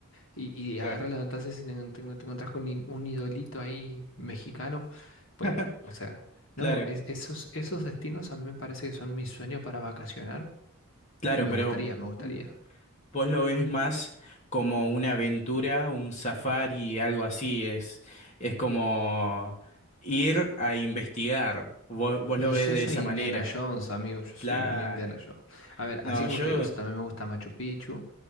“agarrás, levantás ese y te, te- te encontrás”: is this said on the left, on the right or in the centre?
Left